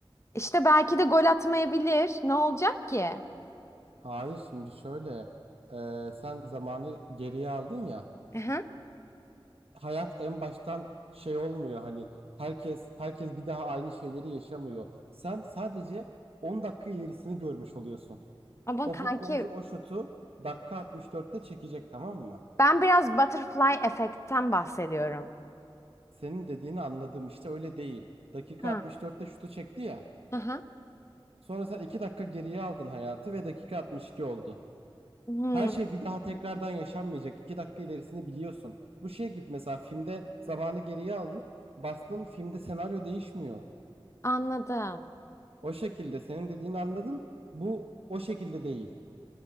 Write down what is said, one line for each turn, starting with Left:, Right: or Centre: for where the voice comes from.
Left: İşte belki de gol atmayabilir. Ne olacak ki?
Right: Hayır şimdi şöyle e, sen zamanı geriye aldın ya
Left: Aha.
Right: hayat en baştan şey olmuyor hani herkes herkes bir daha aynı şeyleri yaşamıyor. Sen sadece 10 dakika ilerisini görmüş oluyorsun.
Left: Ama
Right: O
Left: kanki
Right: futbolcu o şutu dakika 64'te çekecek tamam mı?
Left: ben biraz butterfly efektten bahsediyorum.
Right: Senin dediğini anladım işte öyle değil. Dakika
Left: Ha.
Right: 64'te şutu çekti ya.
Left: Aha.
Right: Sonra sen 2 dakika geriye aldın hayatı ve dakika 62 oldu.
Left: Hmm,
Right: Her şey bir daha tekrardan yaşanmayacak. 2 dakika ilerisini biliyorsun. Bu şey gibi mesela filmde zamanı geriye aldın. Bastın filmde senaryo değişmiyor.
Left: anladım.
Right: O şekilde senin dediğini anladım. Bu o şekilde değil.